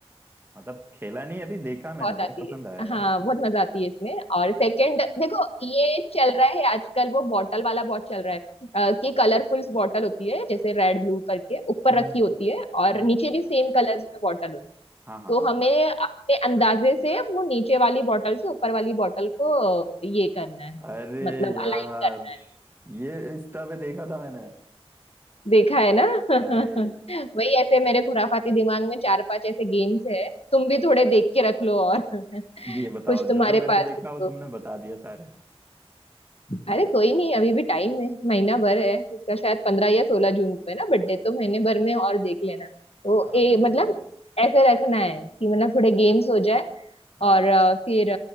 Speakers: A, on the right (about 20°); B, on the left (about 70°).
A: मतलब खेला नहीं अभी देखा मैंने
B: बहुत आती
A: बहुत पसंद
B: है
A: आया यार
B: हाँ बहुत मजा आती है इसमें और सेकंड देखो ये चल रहा है आजकल वो बॉटल वाला बहुत चल रहा है अ, कि कलरफुल बॉटल होती है जैसे रेड ब्लू करके ऊपर
A: हम्म
B: रखी होती है और
A: हम्म,
B: नीचे भी सेम कलर्स में बॉटल होती है
A: हाँ हाँ
B: तो
A: हाँ
B: हमें अपने अंदाजे से वो नीचे वाली बॉटल से ऊपर वाली बॉटल को अ, ये करना है
A: अरे
B: मतलब
A: यार
B: अलाइन करना है
A: ये इंस्टा पे देखा था मैंने
B: देखा है ना <laughs>
A: अरे
B: वही ऐसे मेरे खुराफाती दिमाग में चार पांच ऐसे गेम्स है तुम भी थोड़े देख के रख लो और <laughs> कुछ
A: ये बताओ
B: तुम्हारे
A: जो जो मैंने
B: पास
A: देखा
B: हो
A: वो
B: तो
A: तुमने बता दिया सारे
B: अरे कोई नहीं अभी भी टाइम है महीना भर है उसका शायद पंद्रह या सोलह जून को है ना बर्थडे तो महीने भर में और देख लेना तो
A: हाँ
B: ए
A: बिल्कुल
B: मतलब
A: बिल्कुल
B: ऐसे रखना है कि मतलब थोड़े गेम्स हो जाए
A: हाँ
B: और
A: हाँ
B: अ, फिर